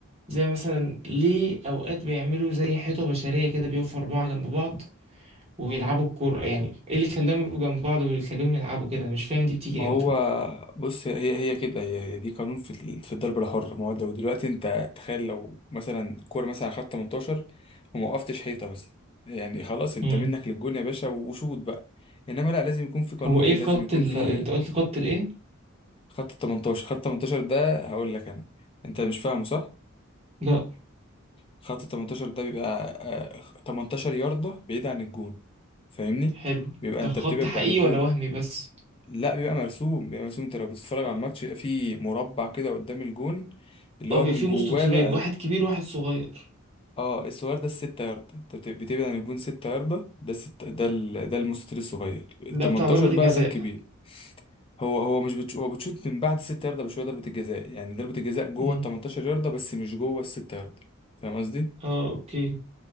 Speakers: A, on the right; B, on the left.
A: زي مثلا ليه اوقات بيعملوا زي حيطه بشريه كده بيقفوا اربعه جنب بعض ويلعبوا الكوره يعني ايه اللي خلاهم يبقوا جنب بعض ويخليهم يلعبوا كده مش فاهم دي بتيجي
B: ما هو
A: امتى
B: بص هي هي كده هي, هي دي قانون في ال- في الضربه الحره ما هو لو دلوقتي انت تخيل لو مثلا الكوره مثلا خدت 18 وما وقفتش حيطه مثلا يعني خلاص انت
A: مم.
B: منك للجون يا باشا وشوط بقى انما لا لازم يكون في قانون
A: هو ايه الخط
B: لازم يكون
A: اللي
B: في
A: انت قلت خط الايه
B: خط ال 18 خط 18 ده هقول لك انا انت مش فاهمه صح
A: لا
B: خط ال 18 ده بيبقى آه، 18 ياردة بعيد عن الجون فاهمني
A: حلو
B: بيبقى
A: ده
B: انت
A: خط
B: بتبعد
A: حقيقي
B: عن الجون
A: ولا وهمي بس
B: لا بيبقى مرسوم بيبقى مرسوم انت لو بتتفرج
A: اه
B: على الماتش بيبقى فيه مربع كده قدام الجون اللي
A: آه،
B: هو
A: بيبقى
B: من
A: فيه
B: جواه
A: مستطيلين
B: بقى
A: واحد كبير وواحد صغير
B: اه الصغير ده الستة ياردة انت بت- بتبعد عن الجون ستة ياردة ده الست ده ال... ده المستطيل الصغير ال
A: ده
B: 18
A: بتاع ضربة الجزاء
B: بقى ده الكبير هو هو مش بتش... هو بتشوت من بعد الست ياردة بشوية ضربة الجزاء يعني ضربة الجزاء جوه
A: امم
B: ال 18 ياردة بس مش جوه الست ياردة فاهم قصدي؟
A: اه اوكي